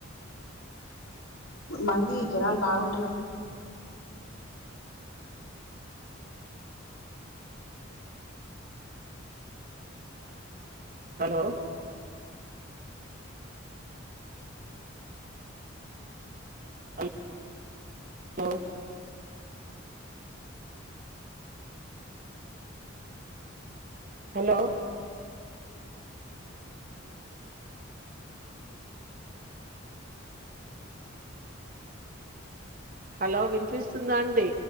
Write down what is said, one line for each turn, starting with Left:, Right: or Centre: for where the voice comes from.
Left: మంది జనాలు బాగుంటున్నా
Right: హలో అల్ లో హలో హలో విన్పిస్తుందా అండి